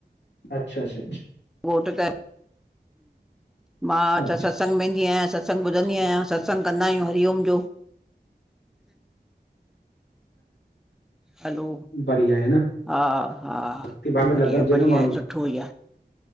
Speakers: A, on the left; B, in the centre.
A: अच्छा अच्छ।
B: घोट त मां
A: अच्छा अच्छा अच्छा
B: त ससंग वेंदी, आहियां सत्संग ॿुधंदी
A: अच्छा
B: आहियां ससंग ससंग कंदा आहियूं हरिओम जो। हलो।
A: बढिया आहे न।
B: हा हा
A: भक्ति भाव में
B: बढिया-बढ़िया
A: लॻल हुजे न माण्हू
B: आहे सुठो ई आ।